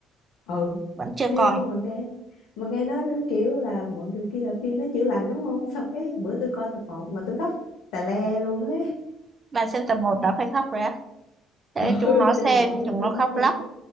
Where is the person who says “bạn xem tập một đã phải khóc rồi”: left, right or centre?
Right